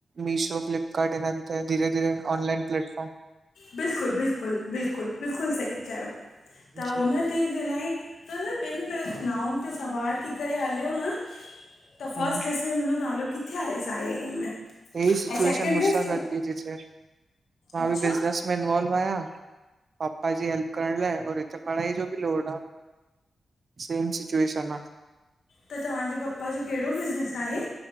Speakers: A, on the right (about 60°); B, on the left (about 80°).
A: मीशो, फ्लीपकार्ट इनन ते धीेरे-धीरे ऑनलाइन प्लेटफॉर्म।
B: बिल्कुल- बिल्कुल, बिल्कुल- बिल्कुल सही चयो, त
A: जी
B: उन्ह तेंजे लाए, त न ॿिन नाउन ते सवार थी करे हलियो न त फस्ट
A: हम्म
B: लिस्ट में हुनॼो नालो किथे आयुसि आई आई एम में।
A: एही सिचुएशन
B: ऐं सेकेंड
A: मुंसा
B: लिस्ट?
A: गॾ भी ती थिये, मां
B: अच्छा,
A: भी बिज़नेस इनमें इनवॉल्व आहियां पापा जी हेल्प करण लाए और हिते पढ़ाई जो बि लोड आ। सेम सिच्युएशन आ।
B: त तव्हांजे पप्पा ॼो केड़ो बिज़नेस आहे?